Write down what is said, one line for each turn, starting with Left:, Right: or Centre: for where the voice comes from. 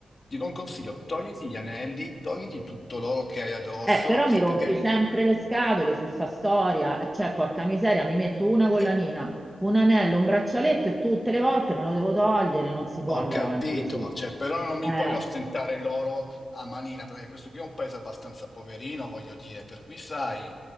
Left: Ti do un consiglio, togliti gli anelli, togliti tutto l'oro che hai addosso
Centre: Eh, però mi rompi
Left: perché...
Centre: sempre le scatole su sta storia, e cioè porca miseria, mi metto una collanina,
Left: eh,
Centre: un anello, un braccialetto e tutte le volte me lo devo togliere, non si può
Left: Ho
Centre: andare
Left: capito,
Centre: avanti così.
Left: cioè, però non mi
Centre: Eh,
Left: puoi ostentare l'oro a manina, perché questo qui è un paese abbastanza poverino, voglio dire, per cui sai,